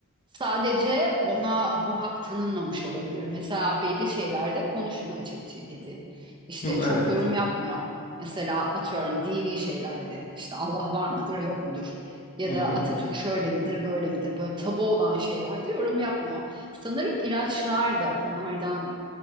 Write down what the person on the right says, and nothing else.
Sadece ona bu hak tanınmamış olabilir. Mesela belli şeylerde konuşmuyor ChatGPT. İşte
çok
yorum yapmıyor. Mesela atıyorum dini şeylerde işte Allah var mıdır yok mudur? Ya
da
Atatürk şöyle midir böyle midir? Böyle tabu olan şeylerde yorum yapmıyor. Sanırım ilaçlar da bunlardan